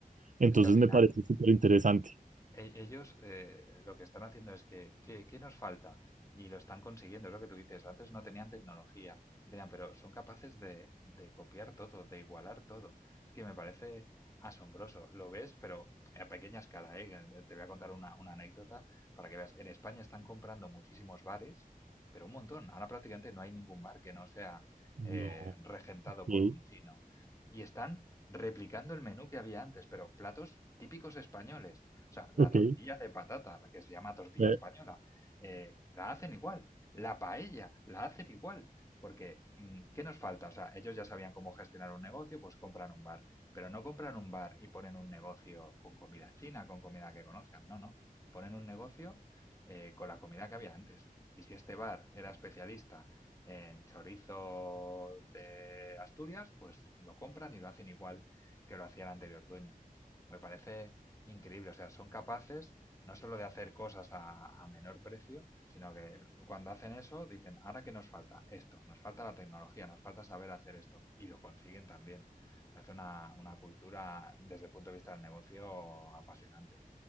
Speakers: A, on the right (about 55°); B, on the left (about 20°).
A: Entonces
B: Es que al final,
A: me parece súper interesante.
B: sí, E- Ellos eh, lo que están haciendo es que, ¿qué, qué nos falta? Y lo están consiguiendo, es lo que tú dices. Antes no tenían tecnología, no tenían, pero son capaces de, de copiar todo, de igualar todo. Es que me parece asombroso. Lo ves, pero a pequeña escala, ¿eh? Te voy a contar una, una anécdota para que veas. En España están comprando muchísimos bares, pero un montón. Ahora prácticamente no hay ningún bar que no sea eh,
A: No,
B: regentado
A: ok,
B: por un chino. Y están replicando el menú que había antes, pero platos típicos españoles o sea, la
A: ok.
B: tortilla de patata, la que se llama tortilla
A: Eh,
B: española, eh, la hacen igual. La paella, la hacen igual. Porque, mm, ¿qué nos falta? O sea, ellos ya sabían cómo gestionar un negocio, pues compran un bar. Pero no compran un bar y ponen un negocio con comida china, con comida que conozcan. No, no. Ponen un negocio eh, con la comida que había antes. Y si este bar era especialista en chorizo de Asturias, pues lo compran y lo hacen igual que lo hacía el anterior dueño. Me parece increíble. O sea, son capaces no solo de hacer cosas a, a menor precio, sino que cuando hacen eso dicen, ahora que nos falta esto, nos falta la tecnología, nos falta saber hacer esto. Y lo consiguen también. Parece una, una cultura desde el punto de vista del negocio apasionante.